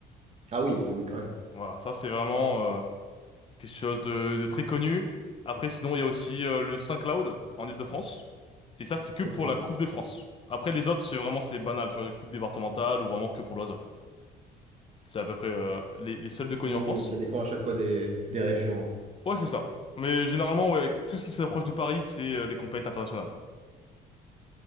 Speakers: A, on the right (about 40°); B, on the left (about 35°).
A: Ah oui, ah oui, quand même.
B: Voilà, ça, c'est vraiment, euh, quelque chose de, de très connu. Après, sinon, il y a aussi euh, le Saint-Cloud en Île-de-France. Et ça, c'est que pour
A: Ok.
B: la Coupe de France. Après, les autres, c'est vraiment, c'est banal, tu vois, une coupe départementale ou vraiment que pour loisir. C'est à peu près euh, les, les seuls de connus
A: Hmm,
B: en France.
A: ça dépend à chaque fois des, des régions. hein.
B: Ouais, c'est ça. Mais généralement, ouais, tout ce qui s'approche de Paris, c'est euh, les compétitions internationales.